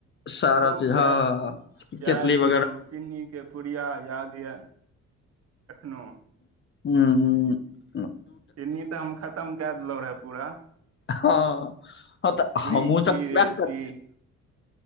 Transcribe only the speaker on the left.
सारा
चीज
हँ
केतली वगैरह
हूँ हूँ।
हां, हां तऽ
हमु
सब वाएह
नै कहलिये।